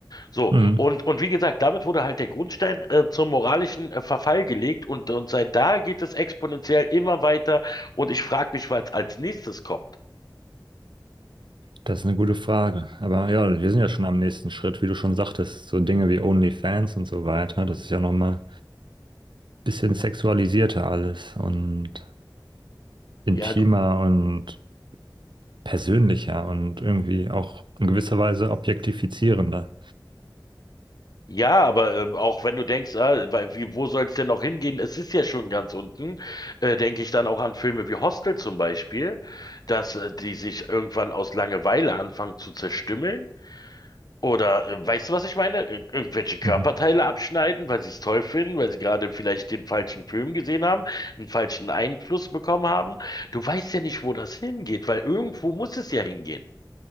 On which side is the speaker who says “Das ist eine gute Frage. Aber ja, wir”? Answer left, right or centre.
Right